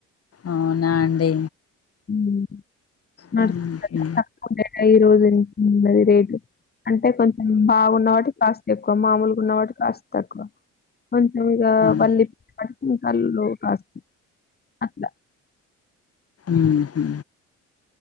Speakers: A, on the left; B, on the left.
A: అవునా అండి
B: మ్ <unintelligible>
A: హుహు.
B: ఈ రోజు ఉన్నది రేట్ అంటే కొంచెం బాగున్న వాటికి కాస్త ఎక్కువ మామూలుగా ఉన్న వాటి కాస్త తక్కువ అంటే ఇంగ
A: అవును.
B: మళ్ళీ పటికాల్లో కాస్ అట్లా
A: మ్ హు